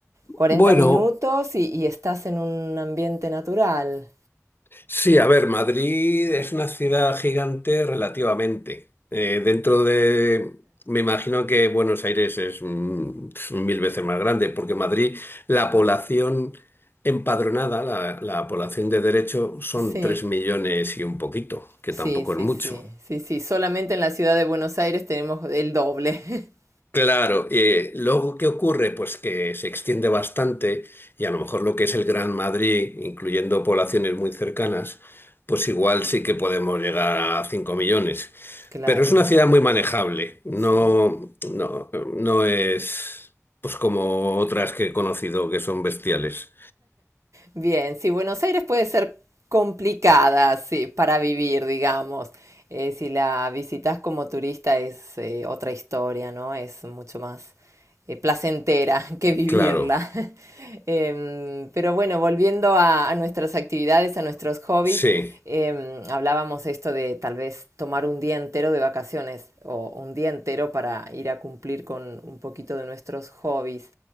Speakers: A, on the right; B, on the left.
A: 40
B: Bueno,
A: minutos y, y estás en un ambiente natural.
B: Sí, a ver, Madrid es una ciudad gigante relativamente. Eh, dentro de, me imagino que Buenos Aires es mm, mil veces más grande, porque Madrid, la población empadronada, la, la población de derecho, son
A: Sí,
B: tres millones y un poquito, que
A: sí,
B: tampoco
A: sí,
B: es mucho.
A: sí, sí, sí. Solamente en la ciudad de Buenos Aires tenemos el doble. <laughs>
B: Claro, eh, luego, ¿qué ocurre? Pues que se extiende bastante y a lo mejor lo que es el Gran Madrid, incluyendo poblaciones muy cercanas, pues igual sí que podemos llegar a 5 millones.
A: Claro,
B: Pero es una ciudad muy manejable, no,
A: sí.
B: no, no es pues como otras que he conocido que son bestiales.
A: Bien, sí, Buenos Aires puede ser complicada, sí, para vivir, digamos. Eh, si la visitas como turista es eh, otra historia, ¿no? Es mucho más eh, placentera que vivirla.
B: Claro,
A: <laughs> Em, pero bueno, volviendo a, a nuestras actividades, a nuestros hobbies,
B: sí,
A: em, hablábamos esto de tal vez tomar un día entero de vacaciones o un día entero para ir a cumplir con un poquito de nuestros hobbies.